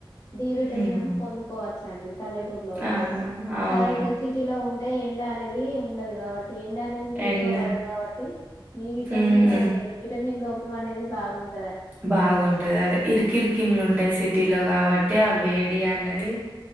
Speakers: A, on the left; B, on the right.
A: డి విటమినన్
B: హ్మ్.
A: పొందుకోవచ్చ అండి పల్లెటూర్లో ఉంటే
B: ఆ! అవును.
A: సరిగ్గ సిటీలొ ఉంటే ఎండ అనేదీ ఉండదు కావట్ ఎండ అనేది మీ
B: ఎండ.
A: ఇంట్లో పడదు కావట్టి మీ విటమిన్
B: హ్మ్.
A: అనేది వి ఇన్ లోపం అనేది బాగుంట్
B: బాగుంటది అదె ఇరికిరికిన్లు ఉంటయ్ సిటీలొ కావట్ టే అ వేడి అన్నది